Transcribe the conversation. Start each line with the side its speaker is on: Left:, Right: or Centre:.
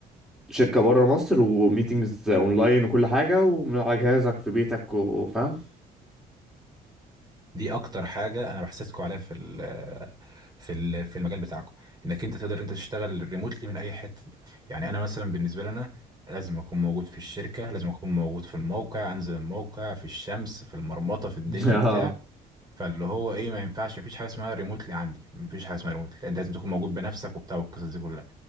Centre: شركة بره مصر وميتينجز اونلاين وكل حاجة ومن على جهازك في بيتك وفاهم
Right: دي اكتر حاجه انا بحسسكم عليها في ال في ال في المجال بتاعكم انك انت تقدر انت تشتغل ريموتلي من اي حته يعني انا مثلا بالنسبه لنا لازم اكون موجود في الشركه لازم اكون موجود في الموقع انزل الموقع في الشمس في المرمطه في الدنيا
Centre: <laughs> اه
Right: بتاع فاللي هو ايه ما ينفعش مفيش حاجه اسمها ريموتلي عندي مفيش حاجه اسمها ريموتلي انت لازم تكون موجود بنفسك وبتاع والقصص دي كلها